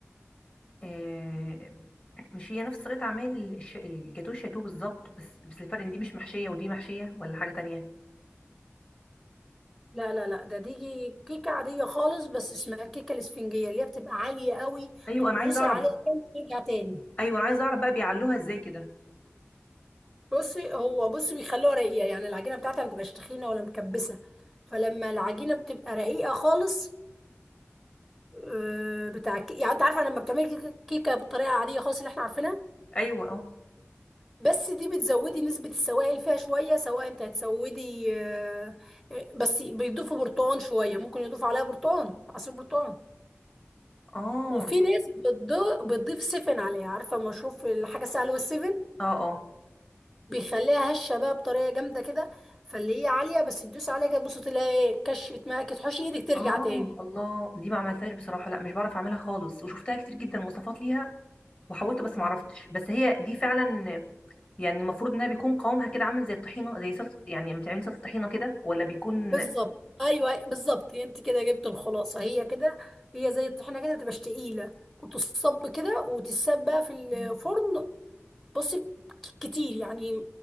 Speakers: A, on the left; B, in the centre.
A: آه، مش هي نفس طريقة عمل الش- الجاتوه الشاتوه بالظبط بس بس الفرق ان دي مش محشية ودي محشية ولا حاجة تانية
B: لا لا لا ده دي كيكة عادية خالص بس اسمها الكيكة الاسفنجية اللي هي بتبقى عالية قوي
A: ايوه انا
B: تدوسي
A: عايزة اعرف
B: عليها كده ترجع تاني
A: ايوه انا عايزة اعرف بقى بيعلوها ازاي كده
B: بصي هو بصي بيخلوها رقيقة يعني العجينة بتاعتها ما بتبقاش تخينة ولا مكبسة فلما العجينة بتبقى رقيقة خالص آه، بتاع الك- يعني انت عارفه لما بتعملي كيكه كيكة بالطريقه العاديه خالص اللي احنا عارفينها
A: ايوه اه
B: بس دي بتزودي نسبه السوائل فيها شويه سواء انت هتسودي آه، آه، بس بيضيفوا برتقال شويه ممكن يضيفوا عليها برتقال عصير برتقال
A: اه
B: وفي
A: انتوا-
B: ناس بتض- بتضيف سفن عليها عارفه مشروب الحاجه السهله والسفن
A: اه اه
B: بيخليها هشه بقى بطريقه جامده كده فاللي هي عاليه بس تدوس عليها كده بص تلاقي ايه كشت معاكي تحوشي ايدك ترجع
A: اه
B: تاني
A: الله دي ما عملتهاش بصراحة لا مش بعرف اعملها خالص وشفتها كتير جدا وصفات ليها وحاولت بس ما عرفتش بس هي دي فعلا يعني المفروض انها بيكون قوامها كده عامل زي الطحينة زي سلطة يعني لما تعملي سلطة طحينة كده ولا بيكون
B: بالظبط ايوه بالظبط انت كده جبت الخلاصه هي كده هي زي الطحينه كده بتبقاش تقيله وتصب كده وتتساب بقى في الفرن
A: مم.
B: بصي كتير يعني